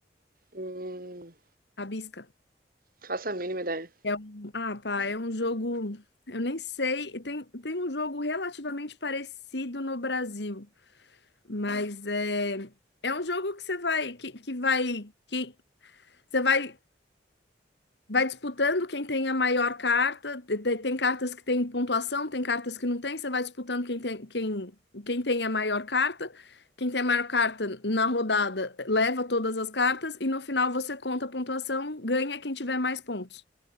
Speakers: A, on the right; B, on the left.
A: Hum,
B: A bisca.
A: faço a mínima ideia.
B: É um, ah, pá, é um jogo. Eu nem sei. Tem, tem um jogo relativamente parecido no Brasil, mas é, é um jogo que você vai, que, que vai, que você vai vai disputando quem tem a maior carta. te- te- Tem cartas que tem pontuação, tem cartas que não tem. Você vai disputando quem tem, quem, quem tem a maior carta. Quem tem a maior carta na rodada leva todas as cartas e no final você conta a pontuação, ganha quem tiver mais pontos.